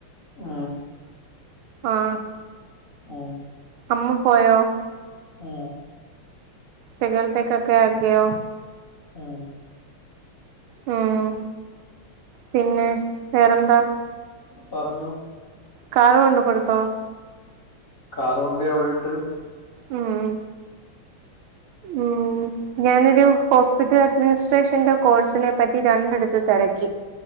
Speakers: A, on the left (about 30°); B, on the right (about 75°).
A: മ്.
B: ആഹ്.
A: ഓ,
B: അമ്മ പോയോ?
A: മ്
B: ചെകലത്തേക്കൊക്കെ ആക്കിയോ
A: ആഹ്.
B: മ് പിന്നെ വേറെന്താ
A: പറഞ്ഞേ
B: കാറ് കൊണ്ട കൊടുത്തോ?
A: കാറുകെണ്ട അവിടെ ഇട്ട്
B: മ്മ് ഉം ഞാനൊരു ഹോസ്പിറ്റൽ അഡ്മിനിസ്ട്രേഷന്റെ കോഴ്സിനെ പറ്റി രണ്ടിടുത്ത് തിരക്കി.